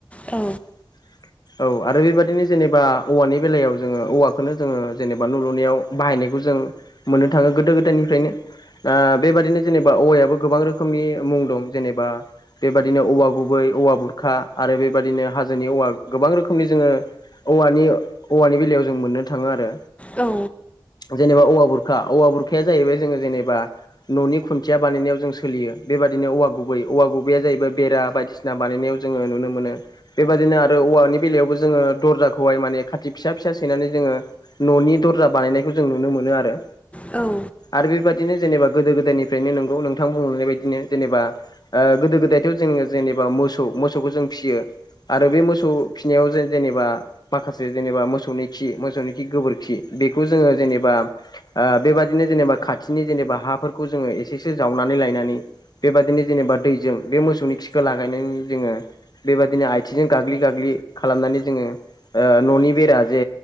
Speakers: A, on the left; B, on the left.
A: औ
B: <unintelligible> <inaudible> औ आरो बेबदिनो जेनेबा औवानि बेलायाव जोङो औवाखौनो जोङो जेनेबा न' लुनायाव बाहायनायखौ जों मोननो थाङो गोदो गोदायनिफ्रायनो। दा बेबादिनो जेनेबा औवायाबो गोबां रोखोमनि मुं दं जेनेबा बेबदिनो औवा गुबै औवा बुरखा आरो बेबायदिनो हाजोनि औवा गोबां रोखोमनि जोङो औवानि औवानि बेलायाव जों मोननो थाङो आरो
A: औ
B: जेनेबा औवा बुरखा औवा बुरखाया जाहैबाय जोङो जेनेबा न'नि खुन्थिया बानायनायाव जों सोलियो बेबायदिनो औवा गुबै औवा गुबैया जाहैबाय बेरा बायदिसिना बानायनायाव जोङो नुनो मोनो बेबादिनो आरो औवानि बेलायावबो जोङो दरजाखौहाय माने खाथि फिसा फिसा सैनानै जोङो न'नि दरजा बानायनायखौ जों नुनो मोनो आरो।
A: औ
B: आरो बेबायदिनो जेनेबा गोदो गोदायनिफ्रायनो नोंगौ नोंथां बुंनाय बायदिनो जेनेबा गोदो गोदायथ' जोङो जेनेबा मोसौ मोसौखौ जों फिसियो आरो बे मोसौ फिनायाव जों जेनेबा माखासे जेनेबा मोसौनि खि मोसौनि खि गोबोरखि बेखौ जोङो जेनेबा ओ बेबादिनो जेनेबा खाथिनि जेनेबा हाफोरखौ जोङो एसेसो जावनानै लायनानै बेबादिनो जेनेबा दैजों बे मोसौनि खिखौ लागायनायनि जोङो बेबादिनो आथिंजों गाग्लि गाग्लि खालामनानै जोङो न'नि बेरा जे